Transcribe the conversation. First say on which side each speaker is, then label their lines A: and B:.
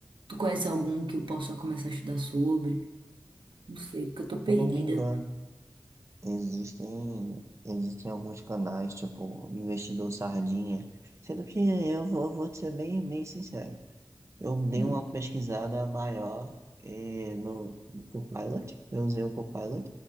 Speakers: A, on the right; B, on the right.
A: Tu conhece algum que eu possa começar a estudar sobre? Não sei, porque eu tô perdida.
B: Se eu não me engano, existem, existem alguns canais, tipo Investidor Sardinha, sendo que eu vou, eu vou ser bem, bem sincero. Eu dei
A: Hum,
B: uma pesquisada maior eh, no, no Copilot, eu usei o Copilot,